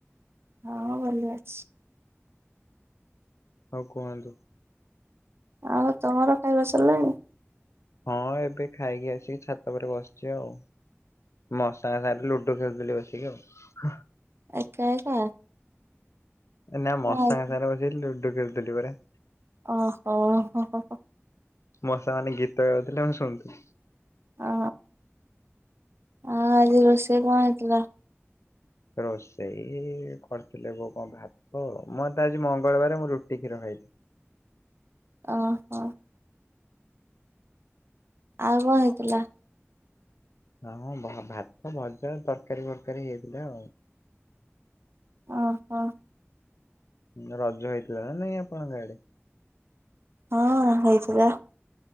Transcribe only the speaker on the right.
ହଁ ଭଲ ଅଛି।
ଆଉ ତମର ଖାଇବା ସରିଲାଣି?
ଏକା ଏକା।
ଆଉ
କିଏ?
ଓହୋ ହୋ ହୋ ହୋ।
ଅ ଆଜି ରୋଷେଇ କଣ ହେଇଥିଲା?
ଅହୋ। ଆଉ କଣ ହେଇଥିଲା।
ଅହୋ।
ହଁ ହେଇଥିଲା।